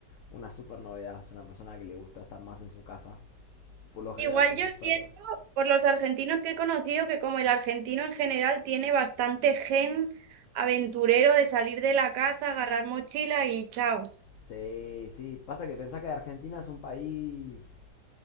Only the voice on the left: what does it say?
una super novedad. Es una persona que le gusta estar más en su casa, por lo general
con
sus
perros.
Sí, sí, pasa que pensá que Argentina es un país,